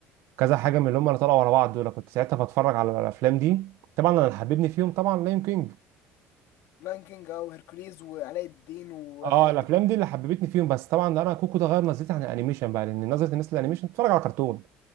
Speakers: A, on the right; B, on the left.
A: كذا حاجه من اللي هم اللي طلعوا ورا بعض دول كنت ساعتها بتفرج على الافلام دي طبعا انا اللي حببني فيهم طبعا لاين كينج
B: لاين كينج او هيركوليز وعلاء الدين والحاجات
A: اه الافلام
B: دي كلها
A: دي اللي حببتني فيهم بس طبعا انا كوكو ده غير نظرتي عن الانيميشن بقى لان نظره الناس للانيميشن بتتفرج على كرتون